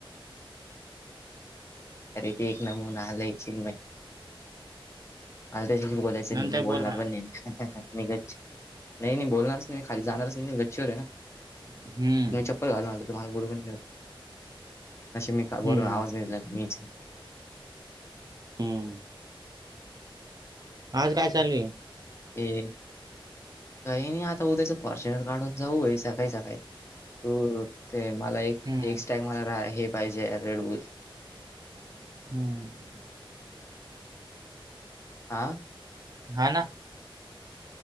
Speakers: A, on the left (about 30°); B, on the right (about 45°).
A: अरे ते एक नमून आलंय चीन्मय. अलकशी बोलायचं नाही
B: नंतर
A: मी बोलणार
B: बोल मला
A: पण नाही. गच नाही नाही बोलणार रच नाही खाली जाणारच नाही गच्छीर आहे ना
B: हम्म
A: तुम. घालून आलं तुम्हाला बोल न मी बोलून
B: हम्म
A: आवाज नि दिला मी
B: हम्म आज काय चालवे
A: ह काही नाही आता उद्याच फॉर्च्युनर काढून जाऊ आहे सकाळी सकाळी तू ते मला एक
B: हम्म
A: एक स्टॅग मला हे पाहिजे रेड बुल.
B: हम
A: हा
B: हा ना